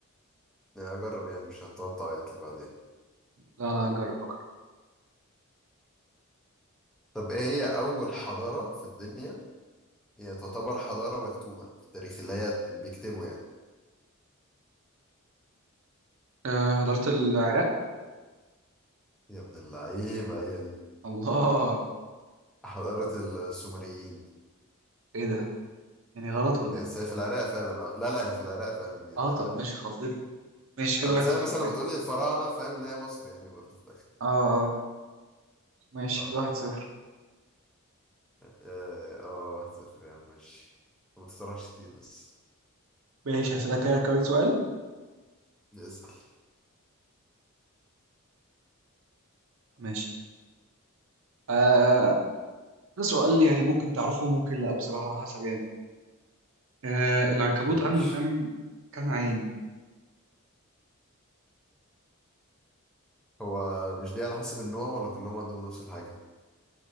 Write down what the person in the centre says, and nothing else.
يعني اجرب يعني مش هتقعد تعيط لي بعدين
طب ايه هي اول حضارة في الدنيا هي تعتبر حضارة مكتوبة في التاريخ اللي هي بيكتبوا يعني
يا ابن اللعيبة هي دي
حضارة السومريين
بس
هي في العراق فعلا اه لا لا هي في العراق فعلا هي العراق
آه،
زي
مثلا
لما تقولي الفراعنة فاهم اللي هي مصر يعني برضو في الآخر
صح
اه آه، واحد صفر يا عم ماشي ما تطرحش كتير بس
اسأل
ماشي
هو مش دي على حسب النوع ولا كلهم عندهم نفس الحاجة؟